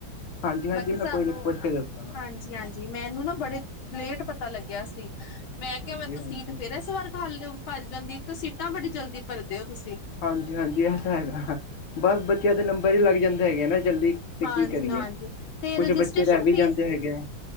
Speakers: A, on the left (about 85°); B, on the left (about 70°).
A: ਹਾਂਜੀ ਹਾਂਜੀ
B: ਬਾਕੀ
A: ਮੈਂ
B: ਸਾਨੂੰ,
A: ਕੋਈ ਨੀ ਪੁੱਛ ਕੇ ਦੱਸਦਾ ਵਾ
B: ਹਾਂ ਜੀ-ਹਾਂਜੀ ਮੈਨੂੰ ਨਾ ਬੜੇ ਲੇਟ ਪਤਾ ਲੱਗਿਆ ਸੀ ਮੈਂ ਕੇਆ
A: ਹਾਂਜੀ
B: ਮੈਂ ਤੋਂ
A: ਹਾਂਜੀ
B: ਸੀਟ ਫੇਰ ਐਸ ਵਾਰ ਖਾਲੀ ਓ ਭਰ ਜਾਂਦੀ 'ਤੇ ਸੀਟਾਂ ਬੜੀ ਜਲਦੀ ਭਰਦੇ ਓ ਤੁਸੀਂ।
A: ਹਾਂਜੀ-ਹਾਂਜੀ ਏ ਤਾਂ ਹੈਗਾ ਬਸ ਬੱਚਿਆਂ ਦੇ ਨੰਬਰ ਈ ਲੱਗ ਜਾਂਦੇ ਹੈਗੇ ਆ ਨਾ ਜਲਦੀ 'ਤੇ
B: ਹਾਂਜੀ-ਹਾਂਜੀ
A: ਕੀ ਕਰੀਏ,
B: ਤੇ
A: ਕੁਛ
B: ਰਜਿਸਟ੍ਰੇਸ਼ਨ
A: ਬੱਚੇ ਰੈ ਵੀ
B: ਫੀਸ
A: ਜਾਂਦੇ ਹੈਗੇ ਆ।